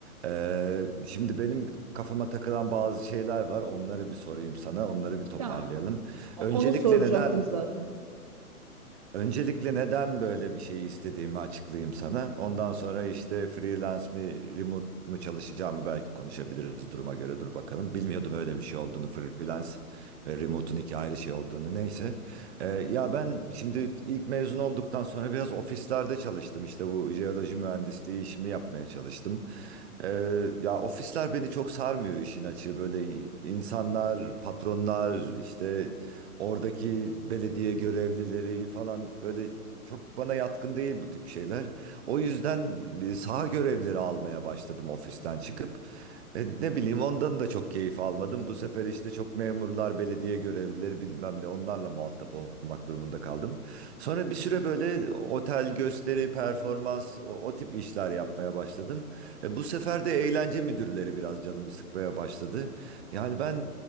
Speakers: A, on the right; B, on the right.
A: Ee, şimdi benim kafama takılan bazı şeyler var. Onları bir sorayım sana. Onları bir toparlayalım.
B: ya o-
A: Öncelikle
B: onu soracaktım
A: neden
B: zaten.
A: Öncelikle neden böyle bir şeyi istediğimi açıklayayım sana. Ondan sonra işte freelance mi, remote mu çalışacağımı belki konuşabiliriz duruma göre. Dur bakalım. Bilmiyordum öyle bir şey olduğunu. Freelance ve remote'un iki ayrı şey olduğunu. Neyse. Ee, ya ben şimdi ilk mezun olduktan sonra biraz ofislerde çalıştım. İşte bu jeoloji mühendisliği işimi yapmaya çalıştım. Ee, ya ofisler beni çok sarmıyor işin açığı. Böyle insanlar, patronlar işte Oradaki belediye görevlileri falan böyle çok bana yatkın değil bu tip şeyler. O yüzden e, saha görevleri almaya başladım ofisten çıkıp. E, ne bileyim ondan da çok keyif almadım. Bu sefer işte çok memurlar, belediye görevlileri bilmem ne onlarla muhatap olmak durumunda kaldım. Sonra bir süre böyle otel gösteri, performans o, o tip işler yapmaya başladım. E, bu sefer de eğlence müdürleri biraz canımı sıkmaya başladı. Yani ben